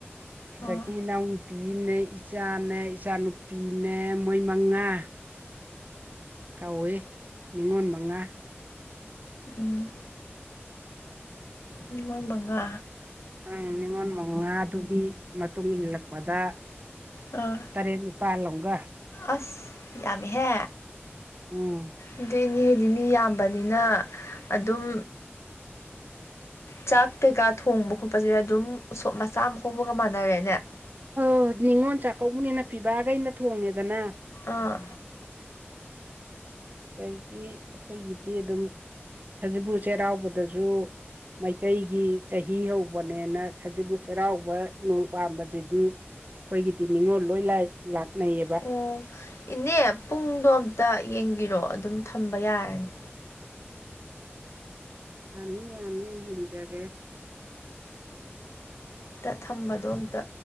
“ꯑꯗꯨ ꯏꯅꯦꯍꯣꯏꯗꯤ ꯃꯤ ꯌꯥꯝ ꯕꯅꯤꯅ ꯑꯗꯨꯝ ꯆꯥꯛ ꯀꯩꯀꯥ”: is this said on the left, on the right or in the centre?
Left